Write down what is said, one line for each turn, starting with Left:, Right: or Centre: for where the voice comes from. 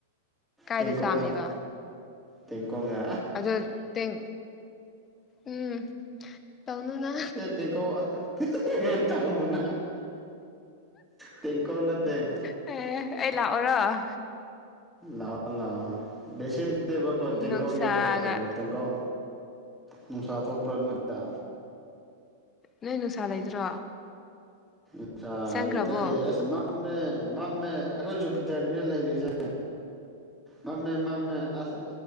Left: ꯀꯥꯏꯗ
Centre: ꯇꯦꯡꯀꯧꯗ
Left: ꯆꯥꯝꯃꯤꯕ
Centre: ꯇꯦꯡꯀꯧꯗ
Left: ꯑꯗꯨ ꯇꯦꯡ ꯎꯝ ꯇꯧꯅꯨꯅ
Centre: ꯇ‌ꯦꯀꯣ ꯇꯧꯅꯨꯅ ꯇ‌ꯦꯡꯀ‍ꯣꯠ ꯅꯠꯇ‌ꯦ
Left: ꯑꯦ ꯑꯩ ꯂꯥꯛꯑꯣꯔ‌ꯣ
Centre: ꯂꯥꯛꯑꯣ ꯂꯥꯛꯑꯣ ꯕ‌ꯦꯁꯤꯟ ꯇꯦꯕꯀꯣ ꯇꯦꯡꯀ‍ꯣꯛꯗ
Left: ꯅꯨꯡꯁꯥꯒ
Centre: ꯀꯩꯅꯣ ꯇꯧꯕꯅꯦ ꯇꯦꯡꯀ‌ꯣꯛ ꯅꯨꯡꯁꯥ ꯊꯣꯛꯄ꯭ꯔꯥ ꯅꯣꯏꯗ
Left: ꯅꯣꯏ ꯅꯨꯡꯁꯥ ꯂꯩꯗ꯭ꯔꯣ
Centre: ꯄꯩꯁꯥ
Left: ꯆꯪꯈ꯭ꯔꯕꯣ
Centre: ꯂꯩꯇꯦ ꯑꯦꯁ ꯃꯝꯃꯦ ꯃꯝꯃꯦ ꯑꯩꯈꯣꯏ ꯖꯨꯄꯤꯇꯔꯗꯅꯦ ꯂꯩꯔꯤꯁꯦ ꯃꯝꯃꯦ ꯃꯝꯃꯦ ꯑꯁ